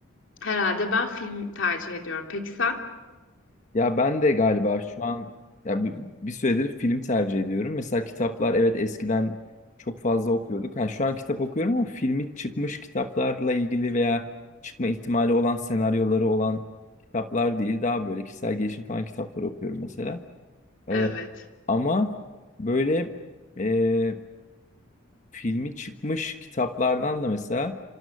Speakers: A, on the left (about 70°); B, on the left (about 35°).
A: herhalde ben film tercih ediyorum. Peki sen?
B: Ya ben de galiba şu an ya bu- bir süredir film tercih ediyorum. Mesela kitaplar evet eskiden çok fazla okuyorduk. Ha, şu an kitap okuyorum ama filmi çıkmış kitaplarla ilgili veya çıkma ihtimali olan senaryoları olan kitaplar değil daha böyle kişisel gelişim falan kitapları okuyorum mesela. Ee,
A: Evet.
B: ama böyle e, filmi çıkmış kitaplardan da mesela